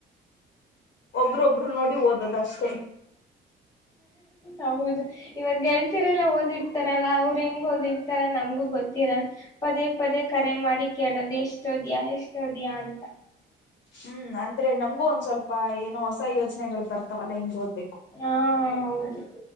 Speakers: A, on the left; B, on the left.
A: ಒಬ್ರೊಬ್ರು ನೋಡಿ ಓದದಷ್ಟೆ
B: ಹೌದು ಇವಾಗ ಗೆಳ್ತಿರಲ್ಲ ಓದಿಡ್ತಾರಲ್ಲ ಅವ್ರ ಹೆಂಗ್ ಓದಿರ್ತಾರ ನಮ್ಗೂ ಗೊತ್ತಿರಲ್ಲ ಪದೇ ಪದೇ ಕರೆ ಮಾಡಿ ಕೇಳೋದು್ ಎಷ್ಟೋದ್ಯಾ ಎಷ್ಟೋದ್ಯಾ ಅಂತ
A: ಹ್ಮ್ ಅಂದ್ರೆ ನಮ್ಗೂ ಒಂದ್ ಸ್ವಲ್ಪ ಏನೋ ಹೊಸ ಯೋಚನೆಗಳು ಬರ್ತಾವಲ್ಲಾ ಹಿಂಗೋದ್
B: ಹಾ ಹೌದು